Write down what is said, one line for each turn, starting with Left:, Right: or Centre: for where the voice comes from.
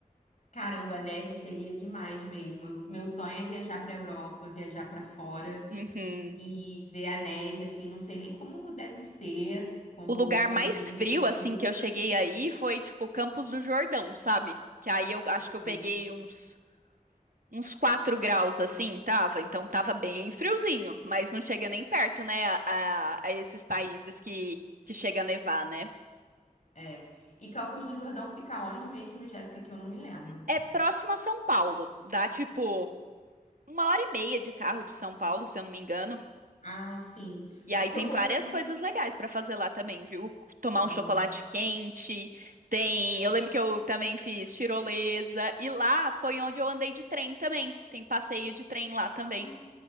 Left: Caramba, neve seria demais mesmo. Eu- Meu sonho é viajar para Europa, viajar para fora
Right: Uhum.
Left: e ver a neve, assim. Não sei nem como deve ser, como,
Right: O lugar
Left: como
Right: mais
Left: é
Right: frio,
Left: a textura.
Right: assim, que eu cheguei aí foi, tipo, Campos do Jordão, sabe? Que aí eu acho que eu
Left: Hum,
Right: peguei uns uns 4 graus assim, tava. Então tava bem friozinho, mas não chega nem perto, né, a, a- a esses países que, que chega a nevar, né?
Left: É. E Campos do Jordão fica onde mesmo, Jéssica? Que eu não me lembro.
Right: É próximo a São Paulo, dá tipo uma hora e meia de carro de São Paulo, se eu não me engano.
Left: Ah, sim.
Right: E aí
Left: Porque
Right: tem
Left: eu confundo.
Right: várias coisas legais pra fazer lá também, viu? Tomar
Left: Ah.
Right: um chocolate quente, tem. Eu lembro que eu também fiz tirolesa, e lá foi onde eu andei de trem também. Tem passeio de trem lá também.
Left: ah,